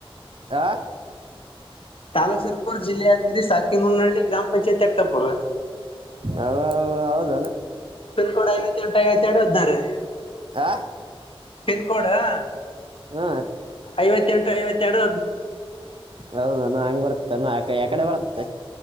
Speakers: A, on the right; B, on the left.
A: ಆ
B: ತಾಲೂಕ್ ಸಲ್ಪುರ್ ಜಿಲ್ಲೆಯಾದ್ಗಿರಿ ಸಾಕಿ ನುನಹಳ್ಳಿ ಗ್ರಾಮ ಪಂಚಾಯತಿ ಆಗ್ತಾಪರ್
A: ಅ ಹೌದು
B: ಪಿನ್ ಕೋಡ್ ಐವತ್ತ ಎಂಟು ಐವತ್ತೆರಡು ಹದನ ರೀ
A: ಆ
B: ಪನ್ಕೋಡ್ ಹಾ
A: ಹಾ
B: ಐವತ್ತೆಂಟು ಐವತ್ತರಡು
A: ಹೌದಾನ ಹಂಗ್ ಬರ್ತಾನ ಆ ಯಕಡೆ ಬರುತ್ತೆ